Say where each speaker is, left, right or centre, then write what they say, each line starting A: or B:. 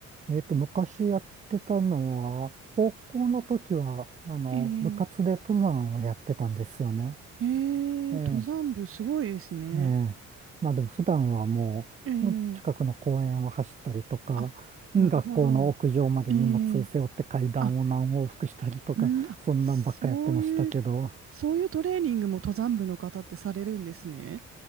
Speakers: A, on the right; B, on the right.
A: えっと、昔やってたのは、高校の時は、あの、
B: ええ
A: 部活で登山をやってたんですよね。
B: ええ登山部すごいですね。
A: ええ。ええ。まあでも普段はもう、
B: ええ
A: 近くの公園を走ったりとか、
B: あ、
A: うん学校の屋上まで荷物背負って階段を何往復したりとか、
B: なるほど。ええあ、うん、あ、
A: そんなんばっかやってましたけど。
B: そういう、そういうトレーニングも登山部の方ってされるんですね。